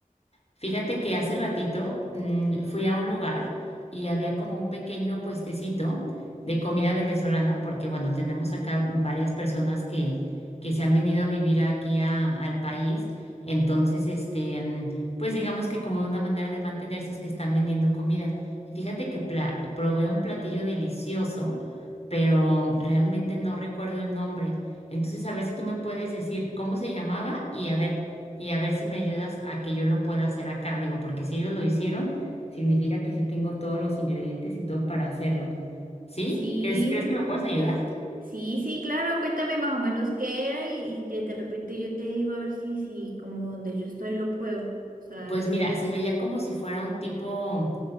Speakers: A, on the left; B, on the right.
A: Fíjate que hace ratito mm, fui a un lugar y había como un pequeño puestecito de comida venezolana, porque bueno, tenemos acá varias personas que, que se han venido a vivir aquí a- al país. Entonces, este, mm, pues digamos que como una manera de mantenerse es que están vendiendo comida. Y fíjate que pla- probé un platillo delicioso, pero realmente no recuerdo el nombre. Entonces, a ver si tú me puedes decir cómo se llamaba y a ver y a ver si me ayudas a que yo lo pueda hacer acá. Digo, porque si ellos lo hicieron, significa que sí tengo todos los ingredientes y todo para hacerlo. ¿Sí?
B: Sí,
A: ¿Crees, crees que me puedes ayudar?
B: sí, sí, claro, cuéntame más o menos qué era y, y de de repente yo te digo a ver si, si como donde yo estoy lo pruebo. O sea,
A: Pues mira, se veía como si fuera un tipo,